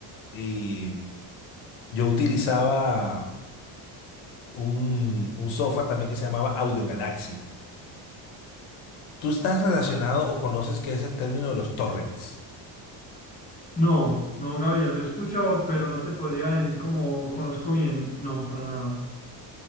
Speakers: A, on the left; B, on the left.
A: y yo utilizaba un, un software también que se llamaba Audio Galaxy. ¿Tú estás relacionado
B: Ah, no.
A: o conoces qué es el término de los torrents?
B: No, no, Gabriel, lo he escuchado, pero no te podría decir como conozco bien. No, para nada.